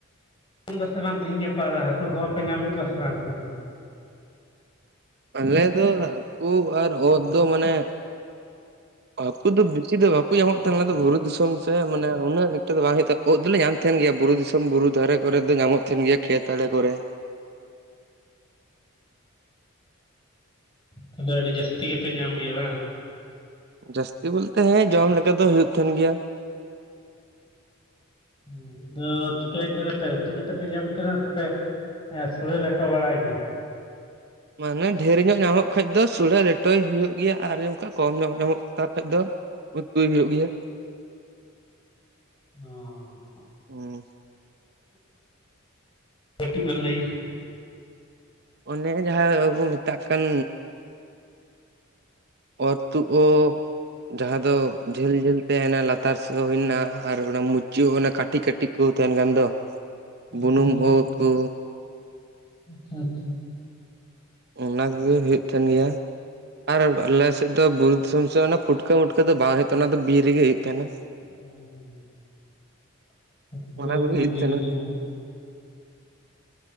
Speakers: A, on the left (about 25°); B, on the right (about 50°).
A: ᱫᱟᱥᱮ ᱵᱟᱝ ᱛᱮᱦᱮᱧ ᱜᱟᱯᱟ ᱨᱮ ᱦᱟᱹᱠᱩ ᱠᱚᱦᱚᱸ ᱯᱮ ᱧᱟᱢᱮᱫ ᱠᱚᱣᱟ ᱥᱮ ᱵᱟᱝ ᱦᱠᱩ ᱠᱚᱫᱚ?
B: ᱟᱞᱮ ᱫᱚ ᱦᱟᱹᱠᱩ ᱟᱨ ᱳᱫ ᱫᱚ ᱢᱟᱱᱮ ᱦᱟᱹᱠᱩ ᱫᱚ ᱵᱮᱥᱤ ᱫᱚ ᱵᱟᱠᱚ ᱧᱟᱢᱚᱜ ᱛᱟᱦᱮᱱᱟ ᱟᱞᱮ ᱫᱚ ᱵᱩᱨᱩ ᱫᱤᱥᱚᱢ ᱥᱮ ᱢᱟᱱᱮ ᱩᱱᱟᱹᱜ ᱮᱠᱴᱟ ᱫᱚ ᱵᱟᱝ <unintelligible> ᱳᱫ ᱫᱚᱞᱮ ᱧᱟᱢ ᱛᱟᱦᱮᱱ ᱜᱮᱭᱟ ᱵᱩᱨᱩ ᱫᱤᱥᱚᱢ ᱵᱩᱨᱩ ᱫᱷᱟᱨᱮ ᱠᱚᱨᱮ ᱫᱚ ᱧᱟᱢᱚᱜ ᱛᱟᱦᱮᱱ ᱜᱮᱭᱟ ᱠᱷᱮᱛ ᱟᱲᱮ ᱠᱚᱨᱮ
A: ᱛᱟᱦᱚᱞᱮ ᱟᱹᱰᱤ ᱡᱟᱹᱥᱛᱤ ᱜᱮᱯᱮ ᱧᱟᱢ ᱜᱮᱭᱟ ᱵᱟᱝ?
B: ᱡᱟᱹᱥᱛᱤ ᱵᱚᱞᱛᱮ ᱦᱮᱸ ᱡᱚᱢ ᱞᱮᱠᱟ ᱫᱚ ᱦᱩᱭᱩᱜ ᱛᱟᱦᱮᱱ ᱜᱮᱭᱟ
A: ᱩᱫ ᱫᱚ ᱪᱤᱠᱟᱹᱭ ᱛᱟᱦᱮᱱᱟᱯᱮ ᱩᱛᱩ ᱠᱟᱛᱮ ᱯᱮ ᱡᱚᱢ ᱛᱟᱦᱮᱱᱟ ᱥᱮᱯᱮ ᱮᱸ ᱥᱳᱲᱮ ᱞᱮᱴᱚ ᱵᱟᱲᱟᱭ ᱜᱮᱭᱟ?
B: ᱢᱟᱱᱮ ᱰᱷᱮᱨ ᱧᱚᱜ ᱧᱟᱢᱚᱜ ᱠᱷᱟᱡ ᱫᱚ ᱥᱩᱲᱮ ᱞᱮᱴᱚᱭ ᱦᱩᱭᱩᱜ ᱜᱮᱭᱟ ᱟᱨ ᱚᱱᱠᱟ ᱠᱚᱢ ᱧᱚᱜ ᱧᱟᱢᱚᱜ ᱠᱷᱟᱡ ᱫᱚ ᱩᱛᱩᱭ ᱦᱩᱭᱩᱜ ᱜᱮᱭᱟ
A: ᱚᱻ
B: ᱚ
A: ᱠᱟᱹᱴᱤᱡ ᱵᱮᱱ ᱞᱟᱹᱭᱟ
B: ᱚᱱᱮ ᱡᱟᱦᱟᱸ ᱠᱚ ᱢᱮᱛᱟᱜ ᱠᱟᱱ ᱚᱨ ᱛᱩᱜ ᱳᱫ ᱡᱟᱦᱟᱸ ᱫᱚ ᱡᱷᱟᱹᱞ ᱡᱷᱟᱹᱞ ᱛᱟᱦᱮᱱᱟ ᱞᱟᱛᱟᱨ ᱥᱮᱫ ᱦᱩᱭ ᱮᱱᱟ ᱟᱨ ᱚᱱᱟ ᱢᱩᱪᱟᱹᱜ ᱚᱱᱟ ᱠᱟᱹᱴᱤᱡ ᱠᱟᱹᱴᱤᱡ ᱠᱚ ᱛᱟᱦᱮᱱ ᱠᱷᱟᱱ ᱫᱚ
A: ᱟᱪᱪᱷᱟ
B: ᱵᱩᱱᱩᱢ ᱳᱫ ᱠᱚ
A: ᱟᱪᱷᱟ ᱟᱪᱷᱟ
B: ᱚᱱᱟ ᱠᱚᱜᱮ ᱦᱩᱭᱩᱜ ᱛᱟᱦᱮᱱ ᱜᱮᱭᱟ ᱟᱨ ᱟᱞᱮᱥᱮᱫ ᱫᱚ ᱵᱩᱨᱩ ᱫᱤᱥᱚᱢ ᱥᱮ ᱚᱱᱟ ᱯᱩᱴᱠᱟᱹ ᱢᱩᱩᱴᱠᱟᱹ ᱫᱚ ᱵᱟᱝ ᱦᱩᱭᱩᱜᱼᱟ ᱛᱟᱦᱮᱱᱟ ᱴ, ᱚᱱᱟ ᱵᱤᱨ ᱨᱮᱜᱮ ᱦᱩᱭᱩᱜᱭ ᱛᱟᱦᱮᱱᱟ
A: ᱦᱮᱸ ᱦᱮᱸ ᱦᱩᱭᱩᱜ
B: ᱚᱱᱟ ᱠᱚᱜᱮ
A: ᱠᱟᱱᱟ ᱵᱤᱨ
B: ᱛᱟᱦᱮᱱᱟ
A: ᱨᱮᱜᱮ ᱧᱟᱢᱚᱜ